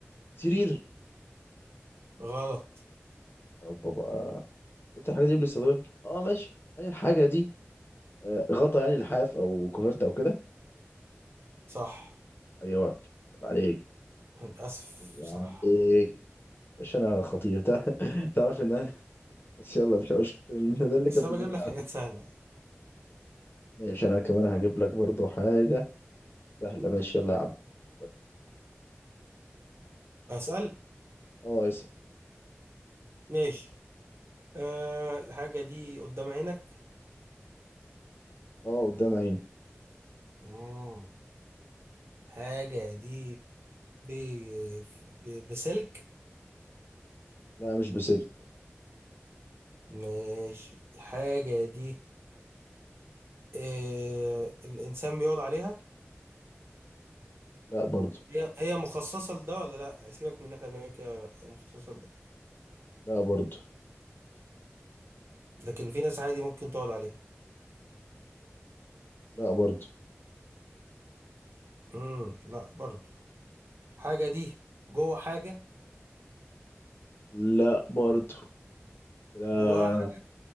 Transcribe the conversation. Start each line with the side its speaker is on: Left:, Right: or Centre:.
Left: سرير؟
Right: غلط
Left: أو بابا قلت الحاجه دي بنستخدمها في- اه ماشي هل الحاجه دي آه، غطا يعني لحاف او كوفرت او كده
Right: صح
Left: ايوه عيب عليك
Right: أنا للأسف
Left: عيب
Right: صح
Left: عليك يا باشا انا خطير تع- <laughs> تعرف ان انا <laughs> بس يلا مش هقول <laughs> ده اللي
Right: بس
Left: كان في
Right: أنا
Left: دماغي
Right: بجيب لك
Left: على
Right: حاجات
Left: فكرة.
Right: سهلة
Left: ماشي انا كمان هجيب لك برضو حاجه سهله ماشي يلا يا عم فكر
Right: أسأل
Left: اه اسم
Right: ماشي أه الحاجة دي قدام عينك
Left: اه قدام عيني
Right: مم. الحاجة دي ب... ب... بسلك
Left: لا مش بسلك
Right: ماشي الحاجة دي أه الإنسان بيقعد عليها
Left: لا برضو
Right: هي هي مخصصة لده ولا لأ سيبك من إن إحنا بنعمل كده هي مخصصة لده
Left: لا برضو
Right: لكن في ناس عادي ممكن تقعد عليها
Left: لا برضو
Right: امم لا برضو حاجة دي جوه حاجة
Left: لا برضو كده
Right: جواها اه حاجات